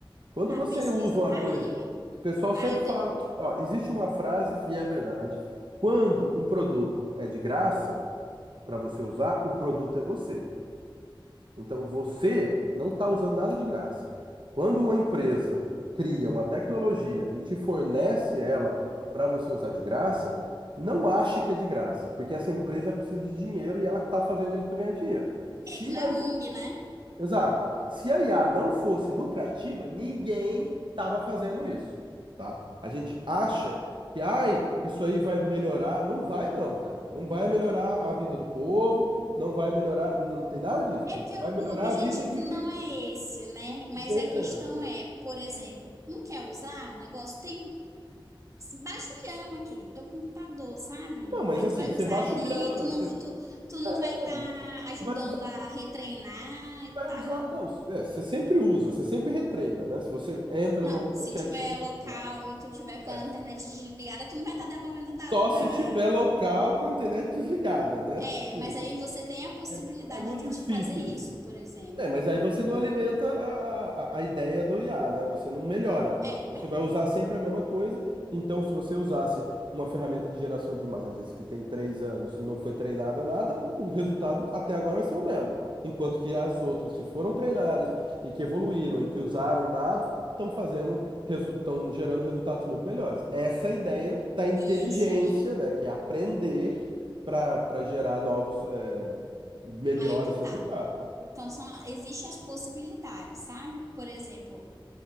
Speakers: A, on the right; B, on the right.
A: Quando
B: A
A: você
B: pesquisa
A: usa uma
B: tá
A: coisa,
B: aí.
A: o pessoal
B: Aí
A: sempre
B: eu
A: fala,
B: tenho,
A: ó, existe uma frase e é verdade. Quando um produto é de graça para você usar, o produto é você. Então você não está usando nada de graça. Quando uma empresa cria uma tecnologia e te fornece ela para você usar de graça, não ache que é de graça, porque essa empresa precisa de dinheiro e ela está fazendo isso para ganhar dinheiro. Se
B: é que não
A: a
B: é ONG, né?
A: Exato. Se a IA não fosse lucrativa, ninguém estava fazendo isso, tá? A gente acha que, ai, isso aí vai melhorar. Não vai, não, cara. Não vai
B: Uhum.
A: melhorar a vida do povo, não vai melhorar. Não tem nada disso.
B: É
A: Quem
B: porque o
A: vai melhorar
B: objetivo
A: a vida de
B: não
A: quem
B: é esse, né?
A: quem
B: Mas
A: ganha
B: a
A: grana.
B: questão é, por exemplo, não quer usar o negócio? Tem Baixulhão aquele teu computador, sabe?
A: Não, mas
B: Aí
A: assim,
B: tu vai
A: você
B: usar
A: baixa
B: ali,
A: o lhama,
B: tu não,
A: você.
B: tu, tu não
A: É,
B: vai estar
A: você
B: ajudando
A: Vai usar,
B: a retreinar e
A: vai
B: tal.
A: usar. Não, é, você sempre usa, você sempre retreina, né? Se você entra
B: Não,
A: no,
B: se
A: no ChatGPT
B: tiver local
A: lá.
B: e tu tiver com
A: É.
B: a internet desligada, tu não vai estar devolvendo dado
A: Só
B: pra.
A: se tiver local com a internet desligada, né?
B: É,
A: Tipo,
B: mas aí você tem a possibilidade
A: é, é muito
B: de te
A: difícil
B: fazer isso,
A: isso, né?
B: por exemplo.
A: É, mas aí você não alimenta a, a, a ideia do IA, né? Você não melhora.
B: É,
A: Você
B: né?
A: vai usar sempre a mesma coisa. Então, se você usasse uma ferramenta de geração de imagens que tem três anos e não foi treinada a nada, o, o resultado até agora vai ser o mesmo. Enquanto que as outras que foram treinadas e que evoluíram e que usaram dados estão fazendo, estão gerando resultados muito melhores. Essa é a ideia da inteligência,
B: Isso aí.
A: né? Que é aprender para para gerar novos, eh, melhores
B: Aí que tá.
A: resultados.
B: Então, são, existem as possibilidades, sabe? Por exemplo,